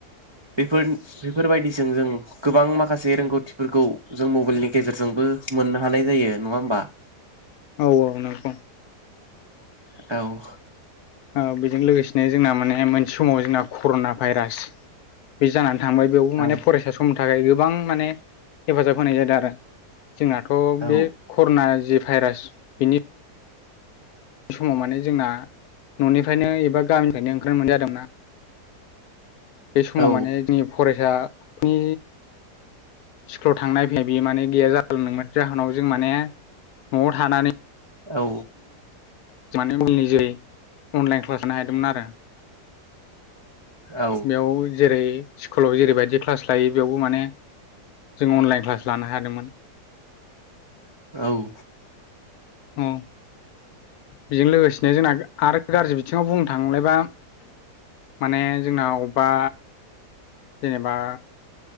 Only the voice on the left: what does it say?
औ औ नोंगौ
ओ बेजों लोगोसेनो जोंना माने मोनसे समाव जोंना कर'ना भाइरास बे जानानै थांबाय बेयावबो
माने फरायसा समनि थाखाय गोबां माने हेफाजाब होनाय जादों आरो जोंनाथ'
बे कर'ना जे भाइरास बेनि समाव माने जोंना न'निफ्रायनो एबा गामिनिफ्रायनो ओंखारनो मोनि जादोंमोनना बे समाव
माने जोंनि फरायसानि स्कुल थांनाय फैनाय बियो माने गैया जालांदोंमोन जाहोनाव जों माने न'आव थानानै
माने मबेलनि जेरै अनलाइन क्लास लानो हदोंमोन आरो
बेयाव जेरै स्कुलाव जेरैबायाददि बिदि क्लास लायो बेयावबो माने जों अनलाइन क्लास लानो हादोंमोन
अ बेजों लोगोसेनो जोंना आरो गाज्रि बिथिङाव बुंनो थांलायबा माने जोंना अबेबा जेनेबा